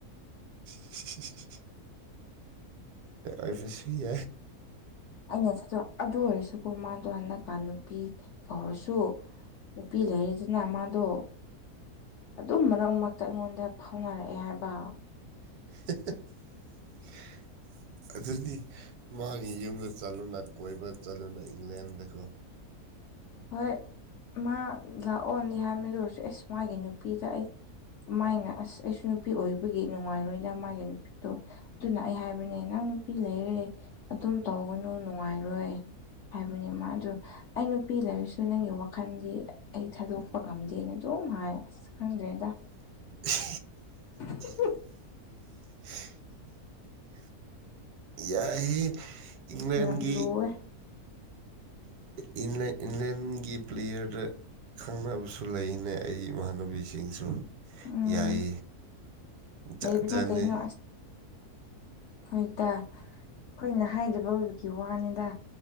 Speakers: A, on the right; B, on the left.
A: <inaudible> ꯣꯏꯁꯨꯏ
B: ꯑꯩꯅ ꯆ ꯑꯗꯨ ꯑꯣꯏꯔꯁꯨꯀ ꯃꯥꯗꯣ ꯍꯟꯗꯛꯀ ꯅꯨꯄꯤ ꯀꯧꯔꯁꯨ ꯅꯨꯄꯤ ꯂꯩꯔꯤꯗꯨꯅ ꯃꯥꯗꯣ ꯑꯗꯨꯝ ꯃꯔꯛ ꯃꯔꯛꯇ ꯑꯩꯉꯣꯟꯗ ꯐꯥꯎꯅꯔꯛꯑꯦ ꯍꯥꯏꯕ
A: <inaudible>
B: <inaudible>
A: ꯑꯗꯨꯗꯤ ꯃꯥꯒꯤ ꯌꯨꯝꯗ ꯆꯠꯂꯨꯅ ꯀꯣꯏꯕ ꯆꯠꯂꯨꯅ ꯏꯪꯂꯦꯟꯗꯀꯣ
B: ꯍꯣꯏ ꯃꯥ ꯂꯥꯛꯑꯣꯗꯤ ꯍꯥꯏꯃꯦ ꯂꯔꯁꯨ ꯑꯦꯁ ꯃꯥꯒꯤ ꯅꯨꯄꯤꯗ ꯑꯩ ꯃꯥꯏꯅ ꯑꯁ ꯑꯩꯁꯨ ꯅꯨꯄꯤ ꯑꯣꯏꯕꯒꯤ ꯅꯨꯡꯉꯥꯏꯔꯣꯏꯗ ꯃꯥꯒꯤ ꯅꯨꯄꯤꯗꯣ ꯑꯗꯨꯅ ꯑꯩ ꯍꯥꯏꯕꯅꯦ ꯅꯪ ꯅꯨꯄꯤ ꯂꯩꯔꯦ ꯑꯗꯨꯝ ꯇꯧꯒꯅꯨ ꯅꯨꯡꯉꯥꯏꯔꯣꯏ ꯍꯥꯏꯕꯅꯦ ꯃꯥ ꯑꯗꯨ ꯑꯩꯅ ꯅꯨꯄꯤ ꯂꯩꯔꯁꯨ ꯅꯪꯒꯤ ꯋꯥꯈꯜꯗꯤ ꯑꯩ ꯊꯥꯗꯣꯛꯄ ꯉꯝꯗꯦꯅ ꯑꯗꯨꯝ ꯍꯥꯏ ꯑꯁ ꯈꯪꯗ꯭ꯔꯦꯗ
A: <inaudible>
B: <inaudible>
A: <inaudible> ꯌꯥꯏ ꯏꯪꯂꯦꯟꯒꯤ
B: ꯌꯥꯝ ꯂꯨꯋꯦ
A: ꯏ ꯏꯟꯂꯦꯟꯒꯤ ꯄ꯭ꯂꯦꯌꯔꯗ ꯈꯪꯅꯕꯁꯨ ꯂꯩꯅꯦ ꯑꯩ ꯏꯃꯥꯟꯅꯕꯤꯁꯤꯡꯁꯨ
B: ꯎꯝ
A: ꯌꯥꯏ ꯖꯠ
B: ꯂꯩꯕꯅꯦ
A: ꯖꯠꯅꯤ
B: ꯀꯩꯅꯣ <inaudible> ꯍꯣꯏꯗ ꯑꯩꯈꯣꯏꯅ ꯍꯥꯏꯗꯕ ꯑꯣꯏꯕꯒꯤ ꯋꯥꯅꯤꯗ